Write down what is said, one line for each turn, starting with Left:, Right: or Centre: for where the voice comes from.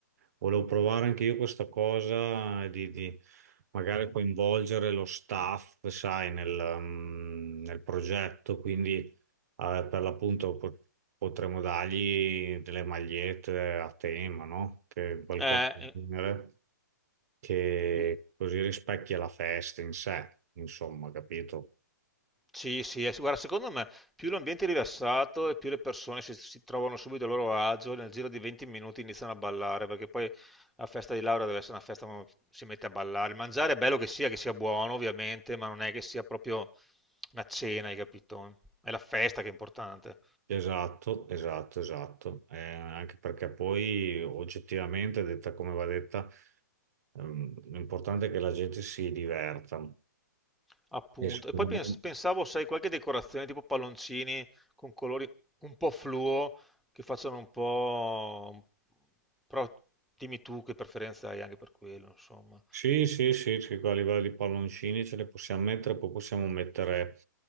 Right: Volevo provare anche io questa cosa di, di magari coinvolgere lo staff, sai, nel, mm, nel progetto, quindi eh, per l'appunto po- potremmo dargli delle magliette a tema, no? Che qualcosa
Centre: Eh,
Right: del genere che
Centre: io-
Right: così rispecchia la festa in sé, insomma, capito?
Centre: Sì, sì, eh, sì, guarda, secondo me più l'ambiente è rilassato e più le persone si, si trovano subito a loro agio, nel giro di 20 minuti iniziano a ballare, perché poi la festa di laurea deve essere una festa dove si mette a ballare. Il mangiare è bello che sia, che sia buono ovviamente, ma non è che sia proprio una cena, hai capito? È la festa che è importante,
Right: Esatto, esatto, esatto. Eh, anche perché poi oggettivamente, detta come va detta, ehm, l'importante è che la gente si diverta.
Centre: appunto.
Right: E secondo
Centre: E poi pens-
Right: me
Centre: pensavo, sai, qualche decorazione tipo palloncini con colori un po' fluo, che facciano un po'... però dimmi tu che preferenza hai anche per quello, insomma.
Right: Sì, sì, sì, sì, qua a livello di palloncini ce ne possiamo mettere, poi possiamo mettere